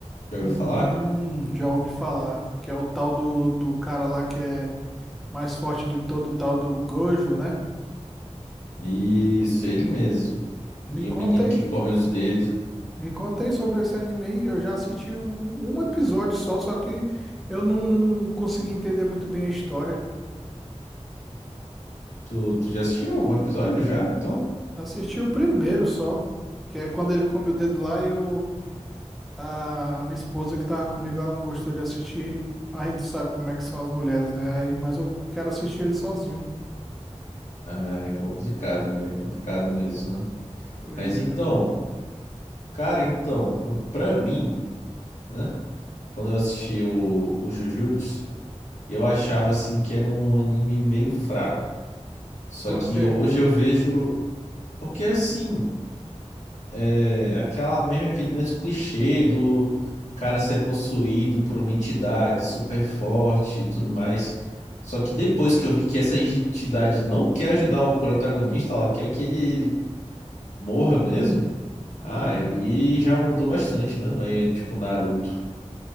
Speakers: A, on the left; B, in the centre.
A: Já
B: Hum,
A: ouviu falar?
B: já ouvi falar que é o tal do, do cara lá que é mais forte de todo, o tal do Gojo, né?
A: Isso, ele mesmo.
B: Me
A: E
B: conta
A: o menino
B: aí,
A: que come os dedos.
B: Me contei sobre esse anime eu já assisti um um episódio só, só que eu não, não consegui entender muito bem a história.
A: Tu, tu já assistiu algum episódio já? Então?
B: Assisti o primeiro só, que é quando ele come o dedo lá e eu, a minha esposa que tava comigo, ela não gostou de assistir. Aí tu sabe como é que são as mulheres, né? Aí, mas eu quero assistir ele sozinho.
A: Ah, é complicado, mulher. É complicado mesmo, né?
B: Pois
A: Mas então,
B: é.
A: cara, então, p- pra mim, né? Quando eu assisti o, o Jujutsu, eu achava assim que era um anime meio fraco. Só
B: Por
A: que
B: quê?
A: hoje eu vejo. Porque assim. É, aquela mesmo, aquele mesmo clichê do cara ser possuído por uma entidade super forte e tudo mais. Só que depois que eu vi que essa entidade não quer ajudar o protagonista, ela quer que ele morra mesmo. Ah,
B: Uhum.
A: aí já mudou bastante, né? Não é tipo Naruto.